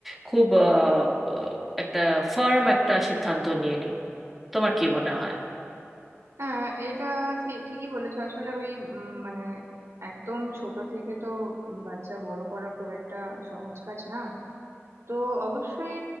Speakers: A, in the centre; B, on the right.
A: খুব আহ, আহ, একটা ফার্ম একটা সিদ্ধান্ত নিয়ে নিই তোমার কি মনে হয়
B: হ্যাঁ এটা ঠি- ঠিকই বলেছো আসলে ওই উম, মানে একদম ছোট থেকে তো উম, বাচ্চা বড় করা খুব একটা সহজ কাজ না তো অবশ্যই